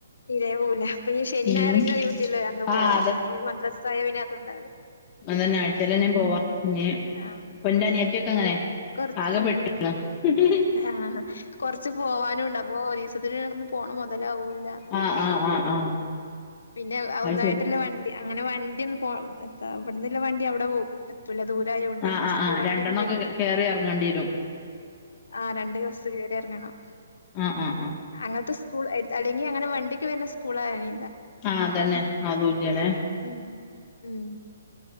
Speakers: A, on the left (about 80°); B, on the left (about 25°).
A: തീരെ പോവൂല ഇപ്പൊ ഇഞി ശനി
B: ഉം
A: ഞായറെങ്കിലും ഒഴിവിട്ടിയാ അന്ന് പോവാ
B: ആഹ്
A: അപ്പൊ ഇഞി മദ്രസായ പിന്ന അത്ണ്ടാവൂല
B: അതെന്നെ ആഴ്ചീലെന്നെ പോവ ഇഞി
A: ആ
B: ഇപ്പൊ ഇന്റെ അനിയത്തിയൊക്ക
A: പിന്നെ
B: അങ്ങനെ
A: കൊറച്ച്
B: ആകെ
A: ഉം
B: പെട്ടു <inaudible>
A: ആഹ് കൊറ്ച്ച് പോവാനുണ്ട് അപ്പോ ഒരീസത്തിനൊന്നും പോണ മൊതലാവൂല്ല
B: ആഹ് ആഹ് ആഹ് ആഹ്
A: പിന്നെ
B: അത്
A: ഒന്നായ്ട്ടില്ല
B: ശരി
A: വണ്ടി അങ്ങനെ വണ്ടി ഒന്ന് പോ എതാ ഇവ്ടന്നില്ല വണ്ടി അവടെ പോവും ല്ല ദൂരായോണ്ടെ
B: ആഹ് ആഹ്
A: സ്കൂൾ
B: ആഹ്
A: വണ്ടിയൊന്നും
B: രണ്ടെണ്ണൊക്കെ
A: വരൂല
B: കേറി എറങ്ങണ്ടേരും
A: ആഹ് രണ്ട് ബസ്സ്‌ കേറി എറ്ങ്ങണം
B: ആഹ് ആഹ് ആഹ്
A: അങ്ങത്തെ സ്കൂൾ അല്ലെങ്കി അങ്ങന വണ്ടി ഒക്കെ വര്ണ സ്കൂള് ആവണെ
B: ആഹ് അതന്നെ അതൂല്ലലെ
A: ഉം ഉം